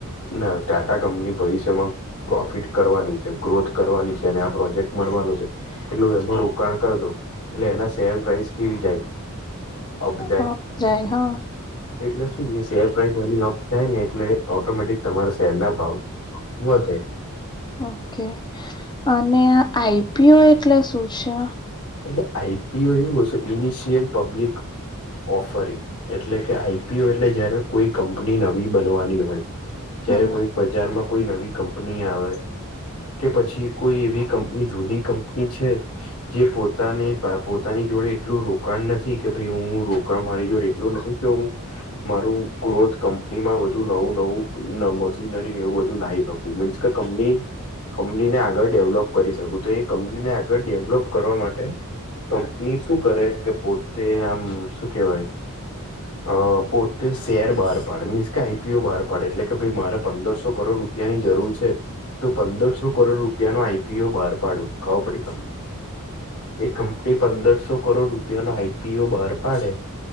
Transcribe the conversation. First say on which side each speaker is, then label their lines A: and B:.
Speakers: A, on the left; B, on the left.
A: ના ટાટા કંપની ભવિષ્યમાં પ્રોફિટ કરવાની છે ગ્રોથ કરવાની છે અને આ પ્રોજેક્ટ મળવાનું છે એટલું એમાં રોકાણ કરી દો એટલે એના શેર પ્રાઈસ કેવી જાય અબજાય
B: હા, જાય હા
A: એટલે શું શેર પ્રાાઈસ અપ થાય ને એટલે ઓટોમેટિક તમારા શેર ના ભાવ વધે
B: ઓકે અને આઈપીઓ એટલે શું છે
A: એટલે આઈપીઓ એવું હશે ઇનિશિયલ પબ્લિક ઓફર એટલે કે આઈપીયુ એટલે જયારે કોઈ કંપની નવી બનવાની હોય
B: હા
A: જયારે કોઈ બજાર માં કોઈ નવી કંપની આવે કે પછી કોઈ એવી કંપની જૂની કંપની છે જે પોતાને પોતાની જોડે એટલું રોકાણ નથી કે ભાઈ હું રોકાણ મારી જોડે એટલું નથી કે હું મારું ગ્રોથ કંપનીમાં બધું નવું નવું મશીનરી એવું બધું લાયક હત મીન્સ કે કંપની કંપનીને આગળ ડેવલોપ કરી શકું તો એ કંપનીને આગળ ડેવલોપ કરવા માટે કંપની શું કરે કે પોતે આમ શું કેવાય <inaudible> અ પોતે શેર બહાર પાડે મીન્સ કે આઈપીઓ બહાર પાડે એટલે કે ભાઈ મારે પંદરસો કરોડ રૂ રૂપિયા ની જરૂર છે તો પંદરસો કરોડ રૂપિયા નો આઈપીઓ બહાર પાડો ખબો પડી તમને એ કંપની પંદરસો કરોડ રૂપિયાનો આઈપીઓ બહાર પાડે